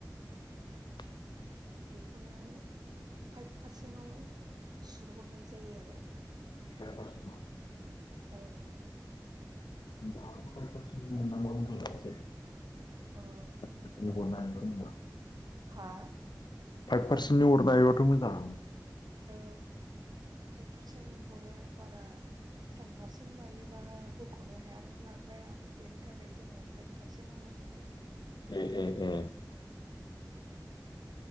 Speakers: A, on the left; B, on the right.
A: <inaudible>
B: बेखौनो फाइभ पारसेन्टाव सुत हरनाय जायो आरो।
A: सस <unintelligible>
B: औ
A: दाबो फाइभ फार्चेन मोननांगौआव उन्दुलांसै।
B: अ'
A: ओबाव नायोमोन होनदां?
B: हा?
A: फाइभ पारसेन्टनि हरनो हायोबाथ' मोजां।
B: औ फाइभ पारसेन्टनि हरो बारा टेन पारसेन्ट लायोबा होख'नो हायाना लाग्राया बेनि थाखाय जोङो फाइभ फारसेनो हरनाय जायो।
A: ए ए ए।